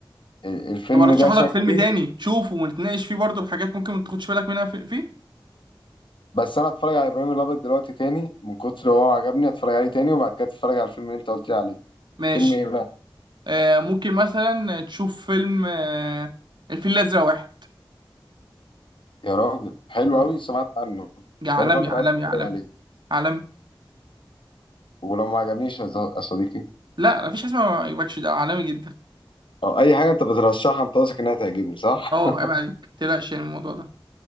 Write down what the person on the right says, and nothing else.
طب ارشح
لك فيلم تاني تشوفه ونتناقش فيه برضه بحاجات ممكن ما تاخدش بالك منها في- فيه
ماشي
آه ممكن مثلا تشوف فيلم آه الفيل الازرق واحد
اه
ده عالمي
عالمي
عالمي
عالمي
لا مفيش حاجه اسمها ما يعجبكش ده عالمي جدا
اه
عيب عليك متقلقش يعني من الموضوع ده